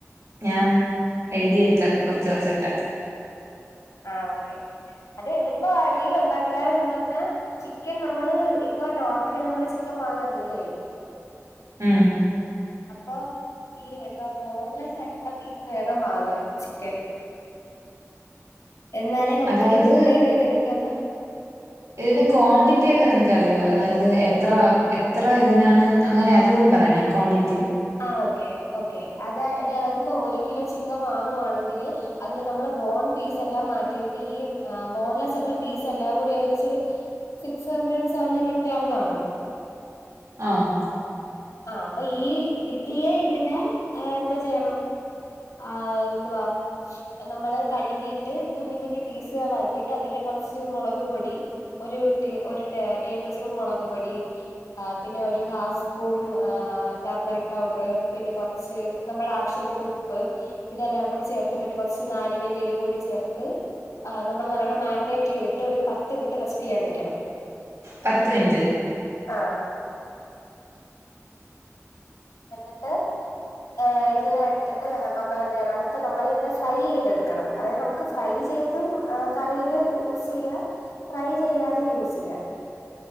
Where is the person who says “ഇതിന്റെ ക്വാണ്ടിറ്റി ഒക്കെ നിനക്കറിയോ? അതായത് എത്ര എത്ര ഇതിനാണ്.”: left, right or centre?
Right